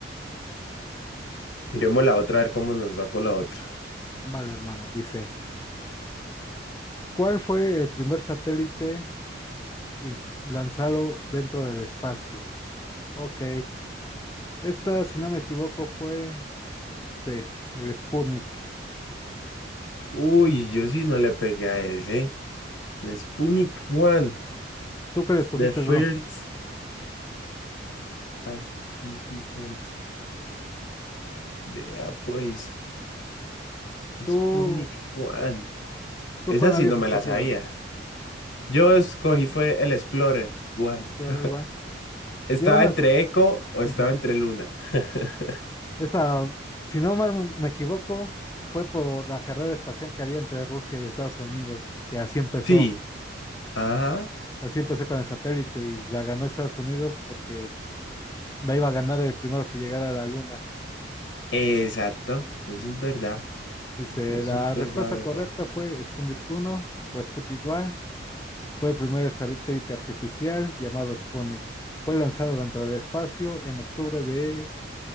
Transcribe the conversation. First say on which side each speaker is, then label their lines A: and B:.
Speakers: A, on the left; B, on the left.
A: miremos la otra, a ver cómo nos va con la otra.
B: Vale, hermano, dice, ¿cuál fue el primer satélite in- lanzado dentro del espacio? Ok, esta, si no me equivoco, fue sí, el Sputnik.
A: Uy, yo sí no le pegué a ese. El Sputnik One.
B: ¿Tú qué le escogiste,
A: The First
B: bro?
A: Artificial Satellite. Vea pues, Sputnik
B: ¿Tú,
A: One.
B: tú
A: Esa
B: cuál
A: sí
B: habías
A: no me
B: escogido?
A: la sabía. Yo escogí fue el Explorer One.
B: Tú igual.
A: <laughs> Estaba
B: Yo me...
A: entre Echo o estaba
B: <laughs>
A: entre Luna. <laughs>
B: Esta, si no mal me equivoco, fue por la carrera espacial que había entre Rusia y Estados Unidos, que así empezó.
A: Sí, ajá,
B: Así empezó con el satélite y la ganó Estados Unidos porque la iba a ganar el primero que llegara a la luna.
A: exacto. Eso es verdad.
B: Di- Dice,
A: Eso
B: la
A: es verdad,
B: respuesta
A: verdad.
B: correcta fue Sputnik uno o Sputnik uno Fue el primer satélite artificial llamado Sputnik. Fue lanzado dentro del espacio en octubre de,